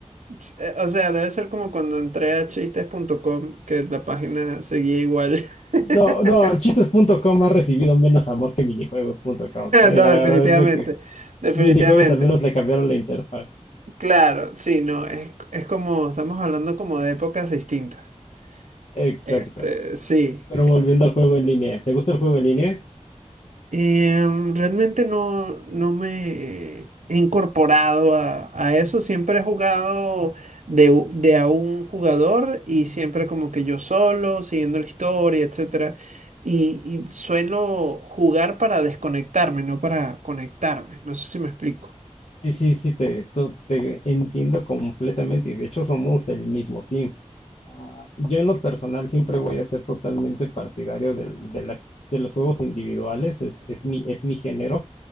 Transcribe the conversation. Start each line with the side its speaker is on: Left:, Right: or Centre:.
Right: Ch- eh, O sea, debe ser como cuando entré a chistes.com, que la página seguía igual. <laughs>
Left: No, no, chistes.com ha recibido menos amor que minijuegos.com. eh,
Right: No,
Left: La
Right: definitivamente,
Left: verdad es de que
Right: definitivamente.
Left: minijuegos al menos le cambiaron la interfaz.
Right: Claro, sí, no, es, es como, estamos hablando como de épocas distintas.
Left: Exacto.
Right: Este, sí.
Left: Pero volviendo al juego en línea, ¿te gusta el juego en línea?
Right: Em, realmente no, no me he incorporado a, a eso. Siempre he jugado de, u- de a un jugador y siempre como que yo solo, siguiendo la historia, etcétera. Y, y suelo jugar para desconectarme, no para conectarme. No sé si me explico.
Left: Sí, sí, sí, te, to- te entiendo completamente y de hecho somos el mismo team. Ah, yo en lo personal siempre voy a ser totalmente partidario del- de, las, de los juegos individuales, es, es mi, es mi género,